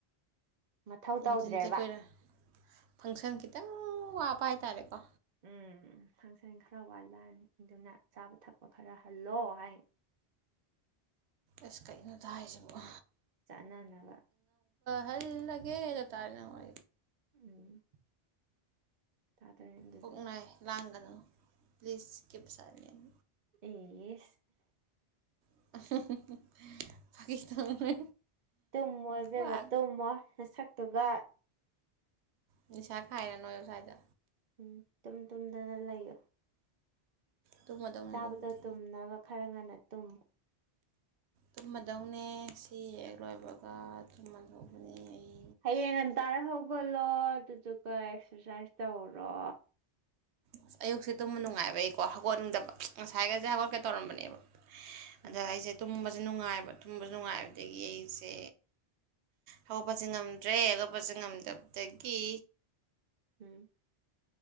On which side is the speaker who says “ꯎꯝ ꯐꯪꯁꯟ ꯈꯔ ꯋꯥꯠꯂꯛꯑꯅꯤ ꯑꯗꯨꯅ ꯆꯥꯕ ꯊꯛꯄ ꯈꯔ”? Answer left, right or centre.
Right